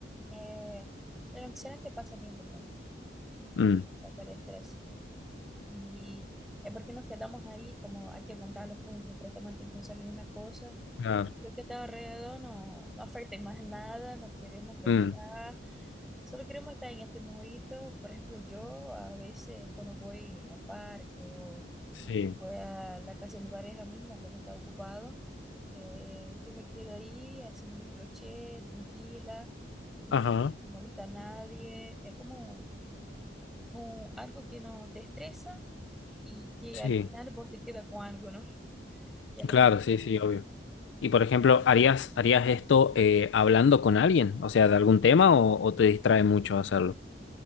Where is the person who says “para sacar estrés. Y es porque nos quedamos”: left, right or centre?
Centre